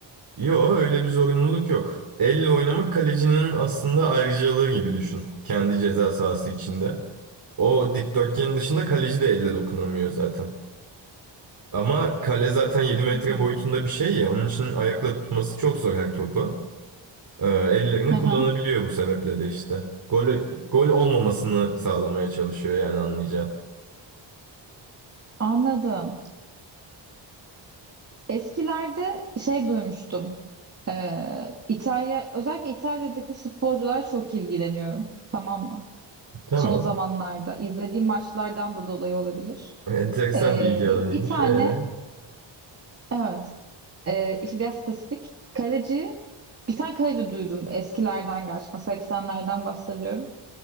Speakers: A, on the right; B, on the right.
A: Yo öyle bir zorunluluk yok. Elle oynamak kalecinin aslında ayrıcalığı gibi düşün. Kendi ceza sahası içinde. O dikdörtgenin dışında kaleci de elle dokunamıyor zaten. Ama kale zaten yedi metre
B: Hmm.
A: boyutunda bir şey ya. Onun için ayakla tutması çok zor her topu. Ee, ellerini
B: Hı
A: kullanabiliyor
B: hı.
A: bu sebeple de işte. Gol, gol olmamasını sağlamaya çalışıyor yani anlayacağın.
B: Anladım. Eskilerde şey duymuştum. Ee, İtalya, özellikle İtalya'daki futbolcular çok ilgileniyorum. Tamam mı?
A: Tamam.
B: Son zamanlarda izlediğim maçlardan da dolayı olabilir.
A: Enteresan
B: Ee,
A: bilgi alanıymış.
B: bir tane
A: Ee?
B: evet ee, işte biraz spesifik kaleci bir tane kaleci duydum eskilerden gerçekten 80'lerden bahsediyorum.